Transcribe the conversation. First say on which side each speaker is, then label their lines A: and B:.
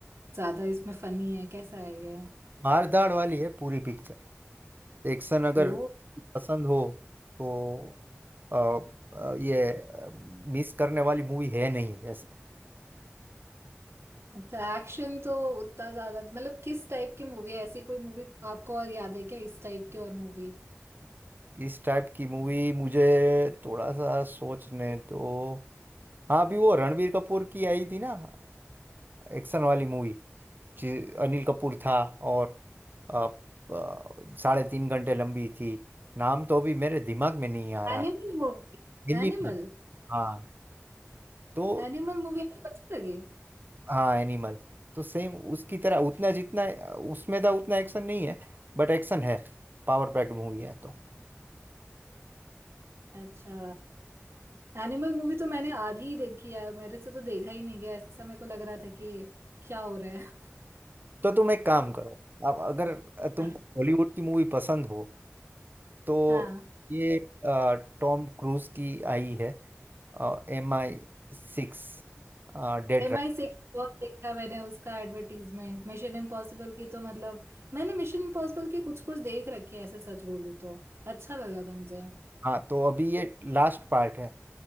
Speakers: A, on the right (about 60°); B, on the right (about 40°).
A: ज्यादा इसमें फनी है कैसा है ये
B: मार धाड़ वाली है पूरी पिक्चर एक्शन अगर
A: ओ
B: पसंद हो तो अ, अ, ये मिस करने वाली मूवी है नहीं वैसे
A: अच्छा एक्शन तो उतना ज्यादा मतलब किस टाइप की मूवी है ऐसी कोई मूवी आपको और याद है क्या इस टाइप की और movie
B: <laughs> इस टाइप की मूवी मुझे थोड़ा सा सोचने तो हाँ अभी वो रणबीर कपूर की आई थी ना एक्शन वाली मूवी जी- अनिल कपूर था और अ, अ, साढ़े तीन घंटे लंबी थी नाम तो अभी मेरे दिमाग में नहीं आ
A: Animal
B: रहा
A: movie
B: एनिमल
A: Animal
B: हाँ तो
A: Animal movie आपको अच्छी लगी
B: हाँ एनिमल तो सेम उसकी तरह उतना जितना उसमें था उतना एक्शन नहीं है बट एक्शन है पावर पैक्ड मूवी है तो
A: अच्छा एनिमल मूवी तो मैंने आधी ही देखी यार मेरे से तो देखा ही नहीं गया ऐसा मेरे को लग रहा था कि क्या हो रहा है
B: तो तुम एक काम करो अब अगर तुमको
A: <laughs>
B: हॉलीवुड की मूवी पसंद हो तो
A: हाँ
B: ये अ, टॉम क्रूज की आई है एम आई सिक्स डेड
A: एम आई सिक्स बहुत देखा मैंने उसका एडवर्टीजमेंट मिशन इम्पॉसिबल की तो मतलब मैंने मिशन इम्पॉसिबल की कुछ कुछ देख रखी है ऐसे सच बोलूं तो अच्छा लगा था मुझे
B: हाँ तो अभी ये लास्ट पार्ट है